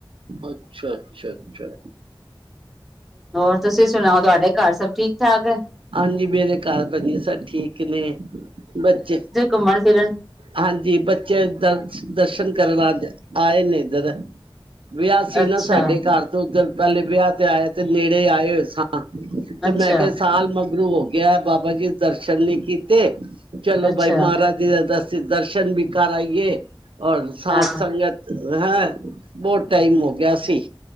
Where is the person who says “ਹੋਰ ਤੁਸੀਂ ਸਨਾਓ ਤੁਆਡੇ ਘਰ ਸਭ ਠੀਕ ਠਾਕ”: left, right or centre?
Centre